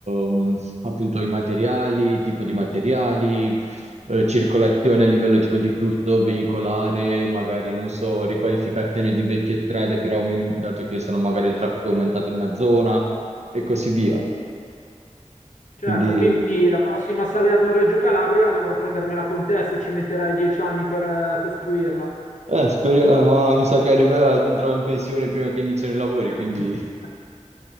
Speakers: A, on the right; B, on the left.
A: ehm, appunto i materiali, tipo di materiali, eh, circolazione a livello tipo di flusso veicolare, magari non so, riqualificazione di vecchie strade, però aumen- dato che sono magari il traffico è aumentato in una zona e così via.
B: Certo,
A: Quindi
B: quindi la prossima Salerno-Reggio Calabria dovrò prendermela con te se ci metterai dieci anni per eh, costruirla.
A: eh, spero- eh, ma mi sa che arri- andrò in pensione prima che iniziano i lavori,
B: <laughs>
A: quindi